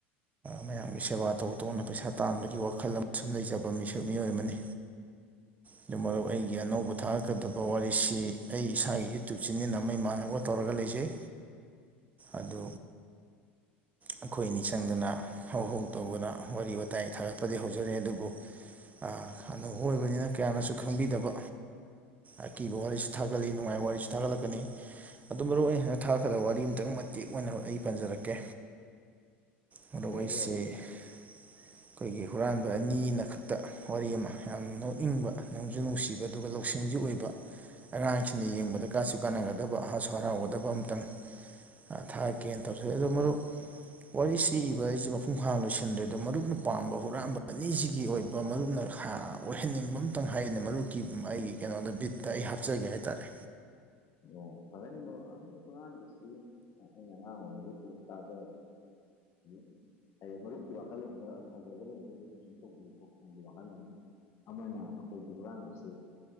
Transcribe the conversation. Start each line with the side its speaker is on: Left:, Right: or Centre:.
Right: ꯃꯌꯥꯝꯒꯤ ꯁꯦꯕꯥ ꯇꯧ ꯇꯧꯅ ꯄꯩꯁꯥ ꯇꯥꯟꯕꯒꯤ ꯋꯥꯈꯜ ꯑꯃ ꯁꯨꯝ ꯂꯩꯖꯕ ꯃꯤꯁꯨ ꯃꯤꯑꯣꯏ ꯑꯃꯅꯤ
Left: <unintelligible>
Right: ꯑꯗꯨ ꯃꯔꯨꯞ ꯑꯩꯒꯤ ꯑꯅꯧꯕ ꯊꯥꯔꯛꯀꯗꯕ ꯋꯥꯔꯤꯁꯤ ꯑꯩ ꯏꯁꯥꯒꯤ ꯌꯨꯇꯨꯞ ꯆꯦꯅꯦꯜ ꯑꯃ ꯏꯃꯥꯟꯅꯕꯒ ꯇꯧꯔꯒ ꯂꯩꯖꯩ ꯑꯗꯨ ꯑꯩꯈꯣꯏ ꯅꯤ ꯆꯪꯗꯅ ꯍꯧ ꯍꯧ ꯇꯧꯕꯅ ꯋꯥꯔꯤ ꯋꯥꯇꯥꯏ ꯊꯥꯒꯠꯄꯗꯤ ꯍꯧꯖꯔꯦ ꯑꯗꯨꯕꯨ ꯑ ꯑꯅꯧꯕ ꯑꯣꯏꯕꯅꯤꯅ ꯀꯌꯥꯅꯁꯨ ꯈꯪꯕꯤꯗꯕ ꯑꯀꯤꯕ ꯋꯥꯔꯤꯁꯨ ꯊꯥꯒꯠꯂꯤ ꯅꯨꯡꯉꯥꯏꯕ ꯋꯥꯔꯤꯁꯨ ꯊꯥꯒꯠꯂꯛꯀꯅꯤ ꯑꯗꯨ ꯃꯔꯨ ꯑꯩꯍꯥ <unintelligible> ꯊꯥ ꯈꯒ ꯋꯥꯔꯤ ꯑꯝꯇꯪ ꯃꯇꯦꯛ ꯑꯣꯏꯅ ꯑꯩ ꯄꯟꯖꯔꯛꯀꯦ ꯃꯔꯨꯞ
Left: ꯌꯥꯏꯌꯦ
Right: ꯑꯩꯁꯦ
Left: ꯌꯥꯏꯌꯦ
Right: ꯑꯩꯈꯣꯏꯒꯤ ꯍꯨꯔꯥꯟꯕ ꯑꯅꯤꯅ ꯈꯛꯇ ꯋꯥꯔꯤ ꯑꯃ ꯌꯥꯝ ꯅꯣꯛꯅꯤꯡꯕ ꯅꯣꯡꯖꯨ ꯅꯨꯡꯁꯤꯕ ꯗꯨꯒ ꯂꯧꯁꯤꯡꯖꯨ ꯑꯣꯏꯕ ꯑꯉꯥꯡꯁꯤꯡꯅ ꯌꯦꯡꯕꯗ ꯀꯥꯁꯨ ꯀꯥꯟꯅꯒꯗꯕ ꯍꯁꯨ ꯍꯔꯥꯎꯒꯗꯕ ꯑꯝꯇꯪ ꯊꯥꯒꯠꯀꯦꯅ ꯇꯧꯖꯔꯦ ꯑꯗꯣ ꯃꯔꯨꯞ ꯋꯥꯔꯤꯁꯤ ꯏꯕ ꯍꯥꯏꯁꯦ ꯃꯄꯨꯡ ꯐꯥꯅ ꯂꯣꯏꯁꯤꯟꯗ꯭ꯔꯤꯗ ꯃꯔꯨꯞꯅ ꯄꯥꯝꯕ ꯍꯨꯔꯥꯟꯕ ꯑꯅꯤꯁꯤꯒꯤ ꯑꯣꯏꯕ ꯃꯔꯨꯞꯅ ꯍ ꯑꯣꯏꯍꯟꯅꯤꯡꯕ ꯑꯝꯇꯪ ꯍꯥꯏꯌꯨꯅꯦ ꯃꯔꯨꯞꯀꯤ ꯑꯩꯒꯤ ꯀꯩꯅꯣꯗ ꯕꯤꯠꯇ ꯑꯩ ꯍꯥꯞꯆꯒꯦ ꯍꯥꯏꯇꯥꯔꯦ
Left: ꯑꯣ ꯐꯒꯅꯤ ꯃꯔꯨꯨꯨꯨꯨ ꯍꯨꯔꯥꯟꯕꯁꯤ ꯑꯩꯅ ꯑꯉꯥꯡ ꯑꯣꯏꯔꯤꯉꯩꯗꯩ ꯐꯖꯅ ꯇꯥꯖ <unintelligible> ꯍꯥꯏꯗꯤ ꯃꯔꯨꯞꯀꯤ ꯋꯥꯈꯜꯂꯣꯟꯗ ꯐꯖꯕ ꯂꯩꯔꯒꯗꯤ ꯑꯗꯨꯖꯨ ꯗꯨꯝ ꯇꯧꯕꯤꯌꯨꯀꯣ ꯑꯩꯒꯤ ꯋꯥꯈꯜꯅꯦ ꯑꯃꯅ ꯑꯩꯈꯣꯏꯒꯤ ꯍꯨꯔꯥꯟꯕꯁꯦ